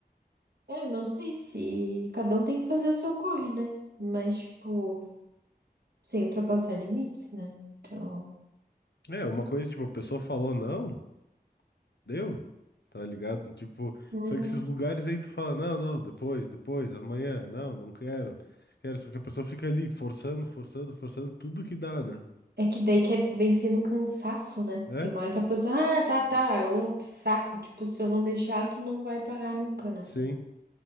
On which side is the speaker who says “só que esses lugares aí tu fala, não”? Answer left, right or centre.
Left